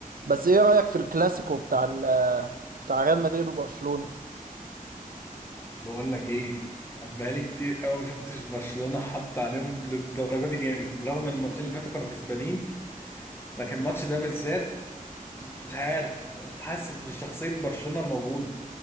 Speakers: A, on the right; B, on the left.
A: بس ايه رأيك في الكلاسيكو بتاع ال بتاع ريال مدريد وبرشلونة
B: بقول لك ايه كان بقالي كتير قوي ما شفتش برشلونه حط عليهم للدرجه دي جامد رغم ان الماتشين اللي فاتوا كانوا كسبانين لكن الماتش ده بالذات مش عارف حاسس بشخصيه برشلونه موجوده